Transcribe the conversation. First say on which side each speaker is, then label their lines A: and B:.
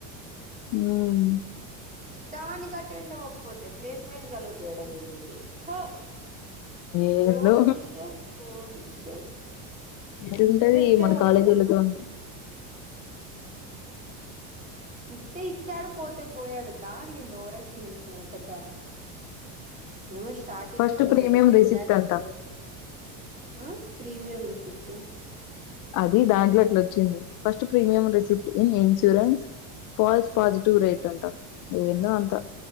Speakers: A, on the left; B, on the right.
A: మ్
B: దానికి అటెండ్ అవ్వకపోతే ప్లేస్మెంట్ అలవ్ చేయడం ఏంది తూ సోదికే
A: ఏందో
B: సోది ఛీ
A: ఎట్లుంటది
B: ఇంట్రెస్టే
A: మన
B: పోతుంది.
A: కాలేజీలతోని
B: ఇస్తే ఇచ్చాడు పోతే పోయాడు దానికి ఇంత ద ఓవరాయాక్షన్ చేస్తున్నాడు పెద్ద ఏమో స్టార్టింగే
A: ఫస్ట్
B: ఒక
A: ప్రీమియం
B: పెద్ద టెన్
A: రిసిప్ట్
B: ల్యాక్స్
A: అంట
B: ఇ ఆ ప్రీమియం రీసిప్ట్
A: అది దాంట్లో అట్లా వచ్చింది first premium receipt, insurance pass positive rate అంటాం ఏందో